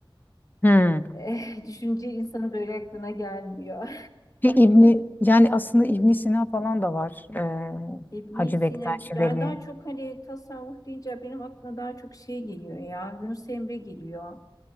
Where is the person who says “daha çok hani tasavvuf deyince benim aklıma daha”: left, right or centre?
Left